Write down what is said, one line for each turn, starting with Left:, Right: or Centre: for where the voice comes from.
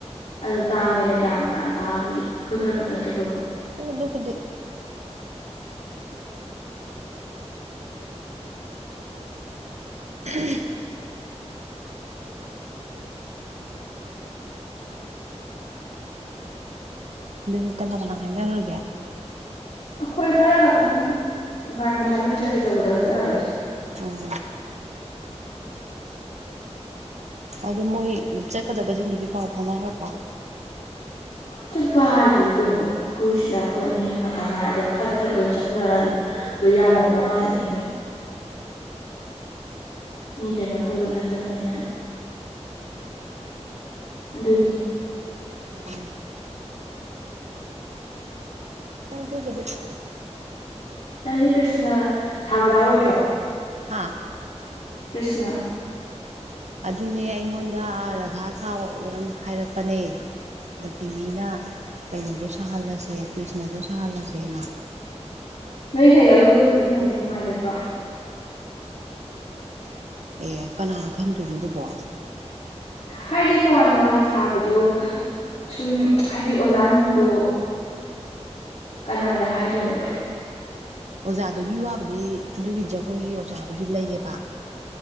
Left: ꯑꯗꯨ ꯇꯥꯡꯒꯦꯅ ꯀꯌꯥꯝ ꯌꯥꯝ ꯇꯥꯡꯗꯣꯔꯤꯒꯦ ꯑꯩꯈꯣꯏ ꯈꯔ ꯈꯛꯇꯪ ꯆꯠꯄꯕꯨ
Right: ꯍꯣꯏ ꯗꯨ ꯈꯨꯗꯤ ꯎꯝ ꯑꯗꯨꯗꯤ ꯀꯅꯥ ꯀꯅꯥ ꯍꯥꯏꯅꯈ꯭ꯔꯥꯒꯦ꯫
Left: ꯑꯈꯣꯏ ꯈꯔ ꯈꯛꯇꯪ ꯒꯥꯔꯤ ꯃꯆꯥꯗ ꯑꯣꯏꯅ ꯆꯠꯂꯁꯤ ꯆꯧꯕꯗꯒ ꯆꯠꯂꯔꯣꯏꯁꯤ꯫
Right: ꯎꯝ꯫ ꯑꯗꯨ ꯃꯣꯏ ꯆꯠꯀꯗꯕꯁꯤꯡꯗꯨꯗꯤ ꯄꯥꯎ ꯐꯥꯎꯅꯈ꯭ꯔꯕꫭ꯫
Left: ꯆꯠꯄ ꯍꯥꯏꯁ‌ꯦ ꯀꯩꯅꯣ꯫ ꯑꯈꯣꯏꯁꯤꯗ ꯑꯈꯣꯏ ꯑꯅꯤ ꯍꯦꯟ ꯈꯛꯇ ꯉꯥꯏꯔ ꯑꯗꯨꯝ ꯐꯠ ꯐꯠ ꯑꯗꯨꯝ ꯆꯠꯅꯔꯒ ꯑꯗꯨꯝ ꯑꯗꯨ ꯌꯥꯅꯕ ꯉꯥꯛꯇꯅꯤ ꯫ ꯃꯤ ꯀꯩꯅꯣ ꯇꯧꯗꫭ ꯅꯠꯇꯝꯅꯤꯅ ꯑꯗꯨꯒꯤꯅꯤ꯫
Right: ꯫ ꯑꯗꯨꯒꯤꯗꯤ꯫
Left: ꯅꯪꯗꯤ ꯀ꯭ꯔꯤꯁꯅ ꯁꯥꯕ ꯌꯥꯎꯔꯣꯏꯗ꯭ꯔꯣ꯫
Right: ꯍꯥꯥ꯫
Left: ꯀ꯭ꯔꯤꯁꯅ꯫
Right: ꯑꯗꯨꯅꯦ ꯑꯩꯉꯣꯟꯗ ꯔꯥꯙꯥ ꯁꯥꯎꯅ ꯍꯥꯏꯔꯛꯄꯅꯦ꯫ ꯅꯠꯇꯤꯃꯤꯅ ꯀꯩꯅꯣꯗꯣ ꯁꯥꯍꯜꯂꯁꯦ ꯀ꯭ꯔꯤꯁꯅꯗꯣ ꯁꯥꯍꯜꯂꯁꯦꯅ꯫
Left: ꯅꯣꯏꯈꯩꯒ ꯑꯈꯣꯏꯒ ꯄꯨꯖꯟꯅꯕꯗꯤ ꯅꯨꯡꯉꯥꯏꯒꯗ꯭ꯔꯣ꯫
Right: ꯑꯦ ꯀꯅꯥꯅ ꯈꯪꯗꯣꯏꯅꯣ ꯑꯗꯨꯕꯣ꯫
Left: ꯍꯥꯏꯗꯤ ꯇꯣꯉꯥꯟ ꯇꯣꯉꯥꯟ ꯁꯥꯕꯗꯣ ꯁꯨꯝ ꯍꯥꯏꯗꯤ ꯑꯣꯖꯥ ꯅꯨꯡꯗꯣ꯫ ꯀꯅꯥꯗ ꯍꯥꯏꯗꯣꯏꯅꯣꯕ꯫
Right: ꯑꯣꯖꯥꯗꯨꯒꯤ ꯋꯥꯕꯨꯗꯤ ꯑꯗꯨꯒꯤ ꯖꯒꯣꯏꯒꯤ ꯑꯣꯖꯥꯕꯨꯗꯤ ꯂꯩꯌꯦꯕ꯫